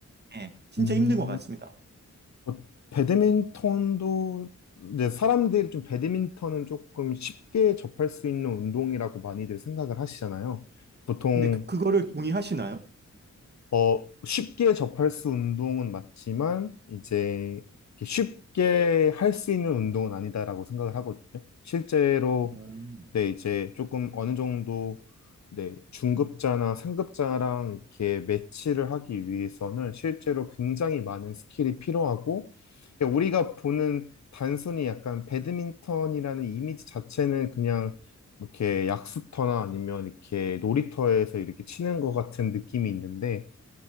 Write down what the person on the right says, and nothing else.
네, 진짜
힘든 것 같습니다.
근데 그, 그거를 동의하시나요?
음.